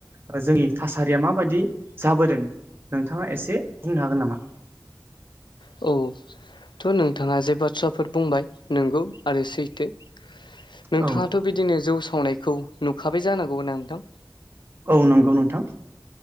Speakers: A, on the right; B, on the left.
A: ओ जोंनि थासारिया माबायदि जाबोदों नोंथाङा एसे बुंनो हागोन नामा?
B: औ थ' नोंथाङा जे बाथ्राफोर बुंबाय नंगौ आरो सैथो। नोंथाङाथ'
A: औ
B: बिदिनो जौ सावनायखौ नुखाबाय जानांगौ ना नोंथां?
A: औ नोंगौ नोंथां।